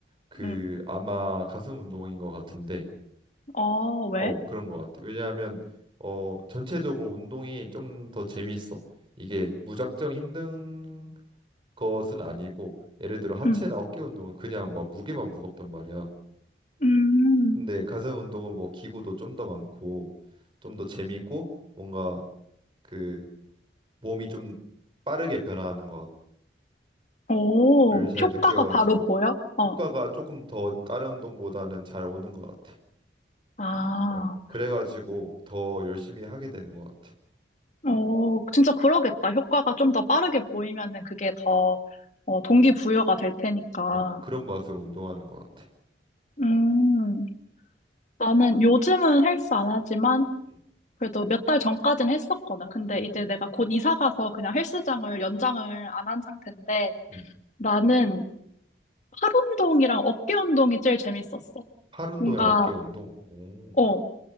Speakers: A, on the right; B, on the left.
A: 그
B: 응,
A: 아마 가슴 운동인 것 같은데
B: 어, 왜?
A: 어 그런 것 같아 왜냐하면 어 전체적으로 운동이 좀 더 재밌어 이게 무작정 힘든 것은 아니고 예를 들어 하체나
B: 응,
A: 어깨 운동은 그냥 막 무게만 무겁단 말이야
B: 음.
A: 근데 가슴 운동은 뭐 기구도 좀 더 많고 좀 더 재밌고 뭔가 그 몸이 좀 빠르게 변화하는 것
B: 오,
A: 같다를 잘
B: 효과가
A: 느껴가지고
B: 바로 보여? 어,
A: 효과가 조금 더 다른 운동보다는 잘 오는 것 같아
B: 아,
A: 어, 그래가지고 더 열심히 하게 되는 것 같아.
B: 어, 진짜 그러겠다. 효과가 좀 더 빠르게 보이면은 그게 더, 어, 동기부여가 될 테니까.
A: 어, 그런 맛으로 운동하는 것 같아.
B: 음, 나는 요즘은 헬스 안 하지만
A: 음.
B: 그래도 몇 달 전까진 했었거든. 근데
A: 음,
B: 이제 내가 곧 이사 가서 그냥 헬스장을 연장을 안 한 상태인데
A: 음.
B: 나는 팔 운동이랑 어깨 운동이 제일 재밌었어.
A: 팔 운동이랑
B: 뭔가,
A: 어깨 운동. 오,
B: 어,